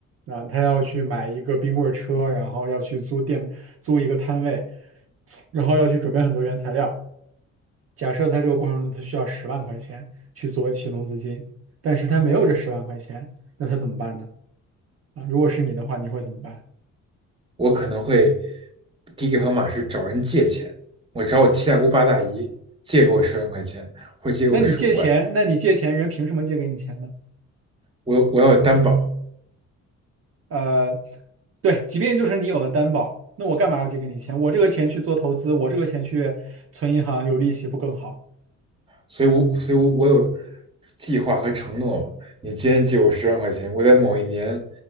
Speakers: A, on the right; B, on the right.
A: 啊，他要去买一个冰棍儿车，然后要去租店租一个摊位，然后要去准备很多原材料。假设在这个过程中他需要十万块钱去作为启动资金，但是他没有这十万块钱，那他怎么办呢？啊，如果是你的话，你会怎么办？
B: 我可能会第一个方法是找人借钱，我找我七大姑八大姨借给我十万块钱，
A: 啊，
B: 或借给我十五万，
A: 那你借钱，那你借钱，人凭什么借给你钱呢？
B: 我我要有担保，
A: 呃，对，即便就是你有了担保，那我干嘛要借给你钱？我这个钱去做投资，我这个钱去存银行有利息不更好
B: 所以我所以我我有计划和承诺吧。你今天借我十万块钱，我在某一年